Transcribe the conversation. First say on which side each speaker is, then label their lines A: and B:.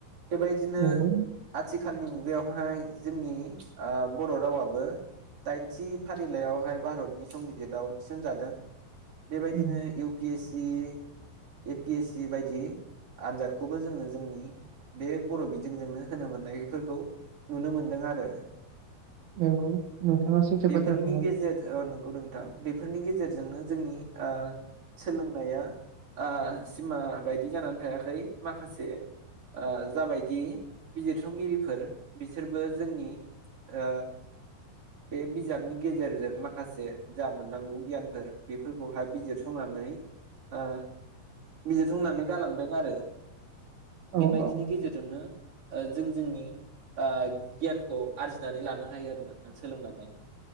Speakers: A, on the right (about 40°); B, on the right (about 80°).
A: बेबायदिनो
B: नंगौ
A: आथि आथिखालनि मुगायावहाय जोंनि ओ बर रावाबो दाइनथि फारिलाइयावहाय भारतनि संबिजितआव थिसनजादों। बेबायदिनो
B: उम
A: इउ पि एस बिदि ए पि एस सि बायदि आनजादखौबो जोङो जोंनि बे बर' बिजोंजोंनो होनो मोननायफोरखौ नुनो मोनदों आरो।
B: नंगौ नोंथाङा सैथो
A: बेफोरनि
B: बाथ्राखौनो
A: गेजेर ओ नंगौ नोंथां बेफोरनि गेजेरजोंनो जोंनि ओ सोलोंनाया ओ सिमा बायदि जानानै थायाखै माखासे ओ जाबायदि बिजिरसंगिरिफोर बिसोरबो जोंनि ओ बे बिजाबनि गेजेरजों माखासे जा मोननांगौ गियानफोर बेफोरखौहाय बिजिरसंनानै ओ बिजिरसंनानै गालांदों आरो। बेबायदिनि
B: औ औ
A: गेजेरजोंनो जों जोंनि ओ गियानखौ आरजिनानै लानो हायो आरो नोंथां सोलोंनानै।